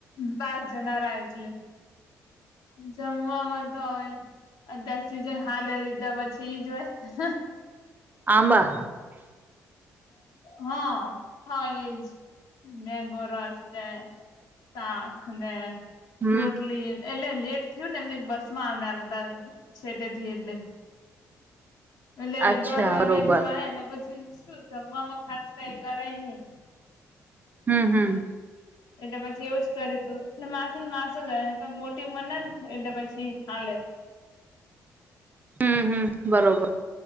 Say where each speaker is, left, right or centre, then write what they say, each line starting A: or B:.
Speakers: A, on the left (about 70°); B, on the right (about 25°).
A: બાર જના એટલે, જમવા માટે તો હવે, અત્યારે સિઝન હાલે રીધા પછી ઈ જ હોય.
B: આંબા.
A: હા હા એજ મેગો રસ છે. શાખ અને
B: હમ
A: રોટલી. એટલે લેટ થયું ને એમને બસ માં આવનાર હતા છેટે થી એટલે. એટલે
B: અચ્છા
A: દોઢ વાગ્યા
B: બરોબર
A: જેવા હ, ને પ શું જમવામાં ખાસ કઈ, કરાય ની.
B: હમ્મ, હમ્મ.
A: એટલે પછી એવું જ કર્યું, તું મા માસ ગયા, મોટી ઉંમર ના એટલે પછી, ખાલેે.
B: હમમ બરોબર,